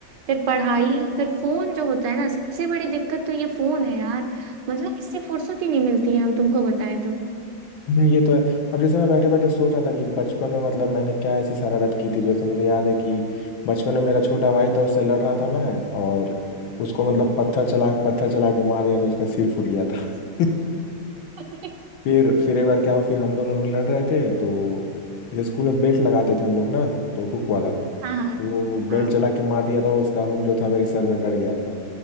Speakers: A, on the right (about 70°); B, on the left (about 75°).
A: फिर पढ़ाई फिर फोन जो होता है ना सबसे बड़ी दिक्कत तो ये फोन है यार मतलब इससे फुर्सत ही नहीं मिलती है हम तुमको बताएं तो
B: हम्म, ये तो है अब जैसे मैं बैठे बैठे सोच रहा था कि बचपन में मतलब मैंने क्या ऐसी शरारत की थी जैसे मुझे याद है कि बचपन में मेरा छोटा भाई था उससे लड़ रहा था मैं और उसको मतलब पत्थर चला पत्थर चला के मार दिया तो उसका सिर फूट गया था <laughs>
A: <laughs>
B: फिर फिर एक बार क्या हुआ फिर हम दोनों लोग लड़ रहे थे तो जैसे स्कूल में बेल्ट लगाते थे हम लोग ना तो हुक वाला
A: हाँ
B: तो वो बेल्ट
A: हाँ
B: चला के मार दिया था उसका हुक जो था मेरे सर में गड़ गया था